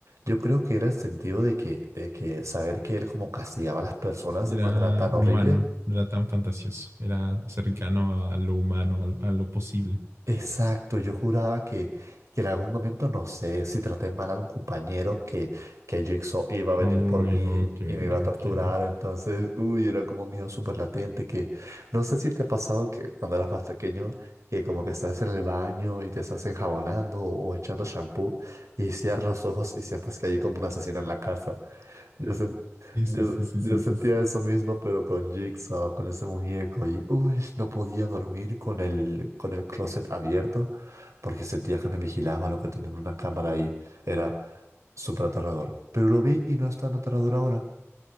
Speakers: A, on the right; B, on the right.
A: Yo creo que era el sentido de que, de que saber que él como castigaba a las personas
B: era
A: de manera tan
B: humano,
A: horrible,
B: no era tan fantasioso, era cercano a lo humano, a, a lo posible.
A: Exacto, yo juraba que, que en algún momento, no sé, si traté mal a un compañero, que, que Jigsaw iba a venir
B: Uy,
A: por mí
B: ok,
A: y me iba a torturar,
B: ok.
A: entonces, uy, era como un miedo súper latente, que no sé si te ha pasado que cuando eras más pequeño, que como que estás en el baño y te estás enjabonando o echando shampoo y cierras los ojos y sientes que hay como un asesino en la casa. Yo, sen-
B: Sí,
A: yo,
B: sí, sí, sí,
A: yo
B: sí,
A: sentía
B: sí. sí.
A: eso mismo, pero con Jigsaw, con ese muñeco, y uy, no podía dormir con el, con el closet abierto porque sentía que me vigilaban o que tenían una cámara ahí. Era súper aterrador. Pero lo vi y no es tan aterrador ahora.